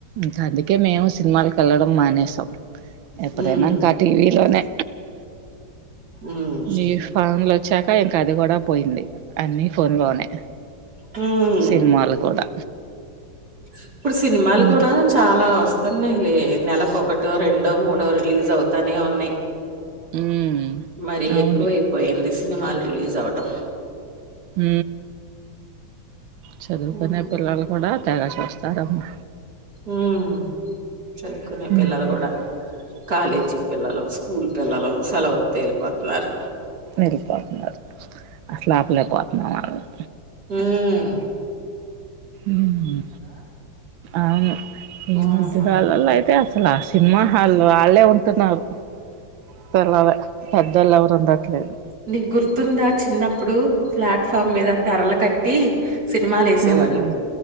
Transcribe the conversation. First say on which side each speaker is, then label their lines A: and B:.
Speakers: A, on the right; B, on the right.
A: ఇంకా అందుకే మేము సినిమాలకు వెళ్ళడం మానేసాం ఎప్పుడైనా
B: హ్మ్
A: ఇంకా టీవీలోనే
B: హ్మ్
A: ఈ ఫోన్లు వచ్చాక ఇంకా అది కూడా పోయింది అన్నీ ఫోన్ లోనే
B: హ్మ్
A: సినిమలు కూడా
B: ఇప్పుడు సినిమాలు
A: ఉమ్
B: కూడా చాలా వస్తున్నాయి లే నెలకు ఒకటో రెండో మూడొ సో రిలీజ్ అవుతానే ఉన్నాయి
A: ఉమ్
B: మరి
A: అవును
B: ఎక్కువయిపోయింది సినిమాలు రిలీస్ ఆవటం
A: హ చదువుకునే
B: ఉమ్
A: కుర్రాళ్ళు కూడా తగా చూస్తారమ్మ.
B: ఉమ్, చదుకునే
A: ఉమ్
B: పిల్లలు గుడా, కాలేజీ పిల్లలు, స్కూల్ పిల్లలు, సెలవిత్తే ఎల్లిపోతున్నారు.
A: ఎళ్ళిపోతున్నారు. అసల్ ఆపలేకపోతున్నాం ఆళ్ళని.
B: హుమ్మ్.
A: ఉమ్ అవును. ఈ
B: ఆహా
A: మధ్యకాలంలో అయితే అస ల, ఆ సినిమా హాల్లో ఆళ్లేే ఉంటున్నారు. పిల్లలే పెద్దోళ్ళు ఎవరు ఉండట్లేదు.
B: నీక్ గుర్తుందా చిన్నప్పుడు, ప్లాట్ఫామ్ మీద తెరలు కట్టి. సినిమాలు వేసేవాళ్ళు
A: ఉ ఉ